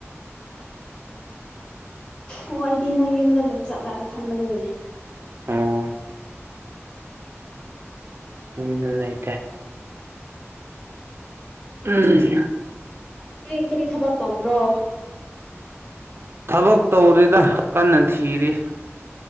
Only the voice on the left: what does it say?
ꯑꯣ ꯑꯩꯗꯤ ꯅꯪ ꯌꯨꯝꯗ ꯂꯩꯕ ꯆꯠꯂꯥꯅ ꯈꯟꯕꯅꯤꯅꯦ
ꯀꯔꯤ ꯀꯔꯤ ꯊꯕꯛ ꯇꯧꯕ꯭ꯔꯣ